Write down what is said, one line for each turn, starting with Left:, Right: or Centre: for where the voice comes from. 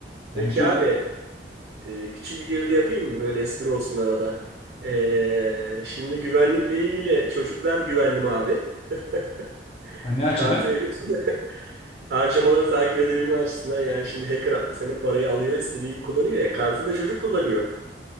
Right: Peki
Left: Yani çocuk
Right: abi e, küçük bir girdi yapayım mı? Böyle espri olsun arada. E, şimdi güvenlikle ilgili çocuklar güvenli mi abi? <laughs>
Left: anne açıdan
Right: Kartı veriyorsun. <laughs> Harcamaları takip edebilme açısından yani şimdi hacker senin parayı alıyor istediği gibi kullanıyor ya. Kartı da çocuk kullanıyor.